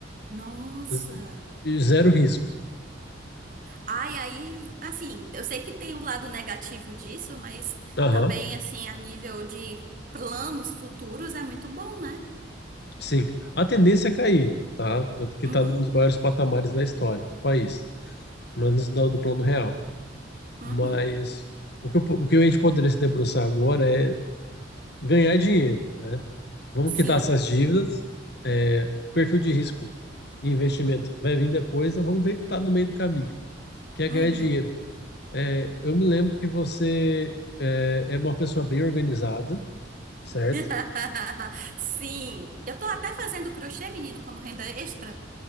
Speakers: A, on the right; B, on the left.
A: Nossa.
B: z- e zero risco.
A: Ai, aí, assim, eu sei que tem o lado negativo disso, mas
B: Aham,
A: também, assim, a nível de planos futuros é muito bom, né?
B: sim. A tendência é cair, tá? Tanto que
A: Uhum,
B: está num dos maiores patamares da história do país, pelo menos do, do plano real.
A: uhum,
B: Mas o que, eu po- o que a gente poderia se debruçar agora é ganhar dinheiro, né? Vamos
A: sim,
B: quitar essas dívidas. É, o perfil de risco e investimento vai vir depois, então vamos ver que está no meio do caminho, que é ganhar
A: uhum.
B: dinheiro. É, eu me lembro que você é, é uma pessoa bem organizada, certo?
A: <laughs> Sim, eu tô até fazendo crochê, menino, como renda extra.